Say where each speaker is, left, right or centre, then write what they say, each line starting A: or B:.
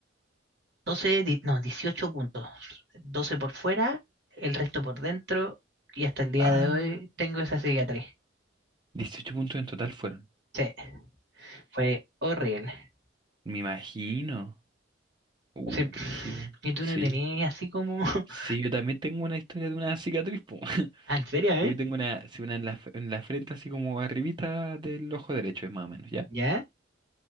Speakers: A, on the right; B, on the right.
A: 12, di- no, 18 puntos. doce por fuera, el resto por dentro, y hasta el día
B: Ah,
A: de hoy tengo esa cicatriz.
B: 18 puntos en total fueron.
A: Sí, fue horrible.
B: Me imagino. Uh,
A: Sí.
B: brígido.
A: Y tú
B: Sí.
A: no tenías así como... <laughs>
B: Sí, yo también tengo una historia de una cicatriz, po. <laughs>
A: Ah, ¿En serio, eh?
B: Yo tengo una, sí, una en la, en la frente, así como arribita del ojo derecho, es más o menos, ¿ya?
A: ¿Ya?